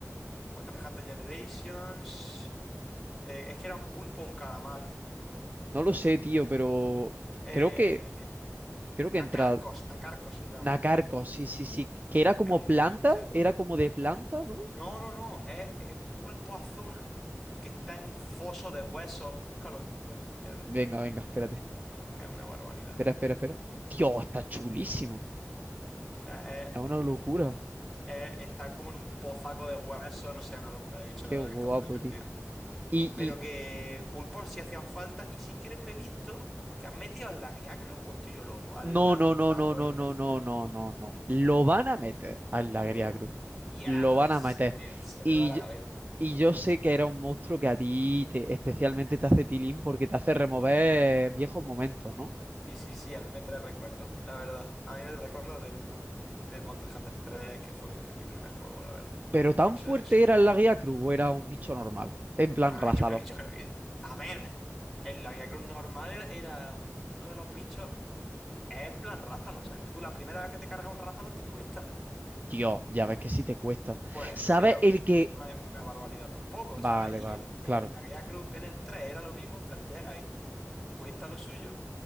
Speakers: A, in the centre; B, on the right (about 35°).
A: Monster Hunter Generations. Eh, es que era un pulpo o un calamar.
B: No lo sé, tío, pero
A: Eh,
B: creo que creo
A: Nacarcos,
B: que entra
A: Nacarcos se llama.
B: Nacarco, sí, sí, sí, que era como
A: Es un
B: planta,
A: bicho.
B: era como de planta, ¿no?
A: No, no, no, es, es un pulpo azul que está en un foso de huesos. Búscalo en Google si quieres.
B: Venga, venga, espérate.
A: Es, un- es una barbaridad.
B: Espera, espera, espera. Dios, está chulísimo.
A: O sea, es-
B: Es una locura.
A: es- está como en un pozaco de huesos, no sé, una locura de bicho,
B: Qué
A: la verdad
B: guapo,
A: que está todo divertido.
B: tío. Y,
A: Pero que pulpos sí hacían falta y sí creo que he visto que han metido al lagriacru o estoy yo loco, al
B: No,
A: lagartaco
B: no, no, no, no,
A: este
B: no,
A: azul.
B: no, no, no, no. Lo van a meter a la
A: ¡Hostia!
B: Gría Cruz. Lo van
A: Se
B: a meter.
A: me, se
B: Y,
A: me va la
B: yo-
A: cabeza.
B: y yo sé que era un monstruo que a ti te- especialmente te hace tilín porque te hace remover viejos momentos, ¿no?
A: Sí, sí, sí, a mí me trae recuerdos, la verdad. A mí me recuerda del, del Monster Hunter 3, que fue mi, mi primer juego, la verdad.
B: Pero tan
A: Eso,
B: fuerte
A: eso era
B: era
A: una locura.
B: la Gría Cruz o era un bicho normal. En plan,
A: Ah,
B: rázalo.
A: yo creo, yo creo que. A ver, el Lavia Cruz normal era era un- uno de los bichos. Es en plan rázalos. O sea, tú con la primera vez que te cargas un rázalos te cuesta.
B: Dios, ya ves que sí te cuesta.
A: Pues,
B: ¿Sabes
A: pero
B: el
A: no
B: que...?
A: es una barbaridad tampoco,
B: Vale,
A: ¿sabes? Y
B: vale,
A: el,
B: claro.
A: el, la Guía Cruz en el 3 era lo mismo, en plan llega y mm, cuesta lo suyo,